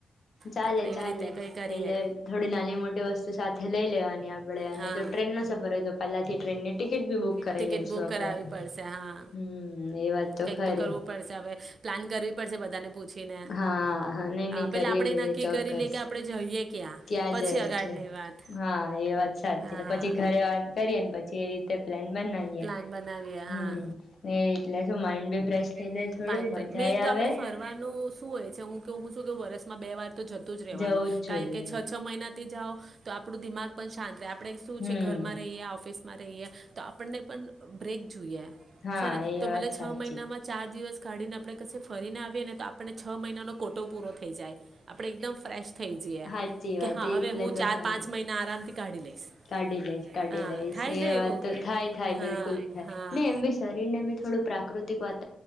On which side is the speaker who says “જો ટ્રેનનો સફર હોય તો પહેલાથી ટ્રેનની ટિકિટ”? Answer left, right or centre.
Left